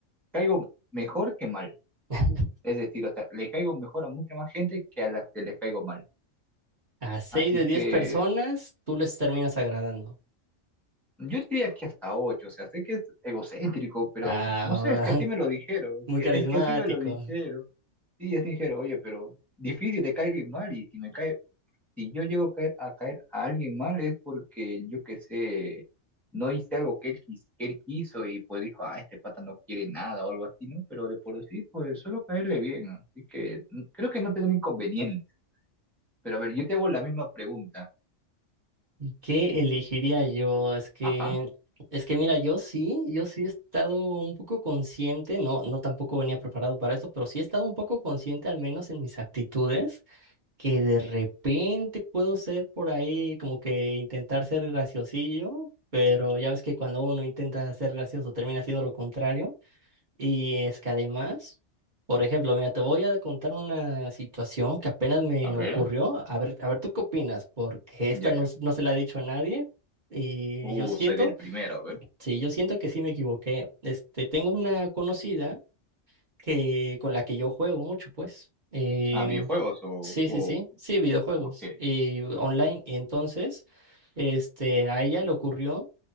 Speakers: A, in the centre; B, on the right.
A: caigo mejor que mal.
B: <laughs>
A: Es decir, o sea, le caigo mejor a mucha más gente que a las que les caigo mal.
B: A 6
A: Así
B: de diez
A: que
B: personas, tú les terminas agradando.
A: yo diría que hasta ocho, o sea, sé que es egocéntrico, pero
B: Ah,
A: no sé, es que
B: <laughs>
A: así me lo dijeron,
B: muy
A: es
B: carismático.
A: que, es que así me lo dijeron. Sí, así dijeron, oye, pero difícil te cae alguien mal y si me cae, si yo llego a caer a, caer a alguien mal es porque yo qué sé, no hice algo que él, quis- que él quiso y pues dijo, ah, este pata no quiere nada o algo así, ¿no? Pero de por sí, pues solo caerle bien, así que mm, creo que no tendrá inconveniente. Pero a ver, yo te hago la misma pregunta.
B: ¿Y qué elegiría yo? Es que,
A: Ajá,
B: es que mira, yo sí, yo sí he estado un poco consciente, no, no tampoco venía preparado para eso, pero sí he estado un poco consciente, al menos en mis actitudes, que de repente puedo ser por ahí, como que intentar ser graciosillo, pero ya ves que cuando uno intenta ser gracioso termina siendo lo contrario. Y es que además, por ejemplo, mira, te voy a contar una situación que apenas me
A: a ver,
B: ocurrió. A ver, a ver, ¿tú qué opinas? Porque esta
A: ya,
B: no,
A: ya.
B: s- no se la he dicho a nadie. Y
A: Uh,
B: yo siento,
A: seré el primero, a ver.
B: sí, yo siento que sí me equivoqué. Este, tengo una conocida que, con la que yo juego mucho, pues. Eh,
A: Ah, videojuegos o,
B: sí,
A: o,
B: sí, sí. Sí, videojuegos.
A: Ah, ok.
B: Y online. Y entonces, este, a ella le ocurrió